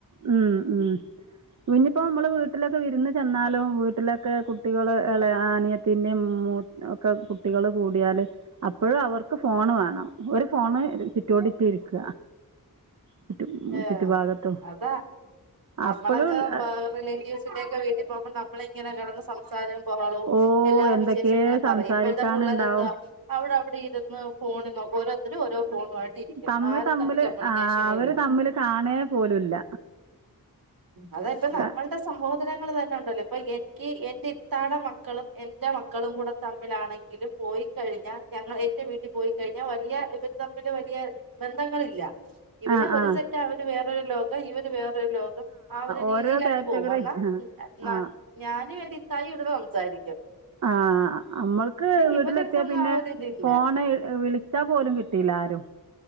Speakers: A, on the right; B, on the right.
A: ഉം ഉം വി <unintelligible> ഇപ്പൊ അമ്മള് വീട്ട്ലൊക്കെ വിരുന്ന്ചെന്നാലും വീട്ട്ലൊക്കെ കുട്ടികള് ഇള അനിയത്തിന്റിം മൂ ഒക്കെകുട്ടികള്കൂടിയാല് അപ്പൊഴും അവർക്ക് ഫോണ് വാണം ഒരുഫോണ് ചിറ്റോടിറ്റുംഇരിക്ക
B: ഉം
A: ചുറ്റം
B: ഏഹ്
A: ചുറ്റുഭാഗത്തും
B: അതാ നമ്മളൊക്കെ
A: അപ്പോഴും
B: റിലേറ്റീവ്സിന്റെ ഒക്കെവീട്ടീപോകുമ്പോ നമ്മളെയ് ഇങ്ങനെ കെട്ന്ന് സംസാരം ബഹളവും
A: ഓ
B: എല്ലാവിശേഷങ്ങളുംപറയും
A: എന്തൊക്കെ സംസാരിക്കാനുണ്ടാവും
B: ഇപ്പോഴ്ത്തെ പുള്ളരെന്ത അവിടെവി ഇരുന്ന് ഫോണ് നോക്കും ഓരോത്തര്ഓരോ ഫോണുവായിട്ടിരിക്കും
A: തമ്മ്
B: ആരുംതമ്മി
A: തമ്മില് ആ
B: ഷനുല
A: അവര് തമ്മില് കാണേ പോലുല്ല
B: അതേറ്റെ നമ്മളുടെ
A: ക
B: സഹോദരങ്ങൾ തന്നേണ്ടല്ലോപ്പൊ പ്പൊഎനിക്ക് എന്റെഇത്താടെമക്കളും എന്റെമക്കളുംകൂടെതമ്മിലാണെങ്കിലും പോയിക്കഴിഞ്ഞാൽ ഞങ്ങൾ എന്റെവീട്ടിപോയികഴിഞ്ഞാൽ വലിയഇവര്തമ്മ്ല് വലിയബന്ധങ്ങളില്ല ഇവര്ഒരുസെറ്റാ
A: ആ ആ
B: അവര് വേ ര് ലോക ഇവര് വേറെ ലോകം ആ ഒരു
A: ഓരോ
B: രീതിലങ്ങ്പോവും
A: കാറ്റഗറി
B: വന്നാ
A: ആ
B: ഞാനും എന്റെഇത്തായി ഇട് സാരിക്കും
A: ആഹ് അമ്മൾക്ക് വീട്ട്ലെത്തിയാപിന്നെ
B: ഇവരൊക്കെ ഒന്നും ആ ഒരു ഇതില്ല
A: ഫോണ് വിളിച്ചാപോലുംകിട്ടില്ലാ ആരും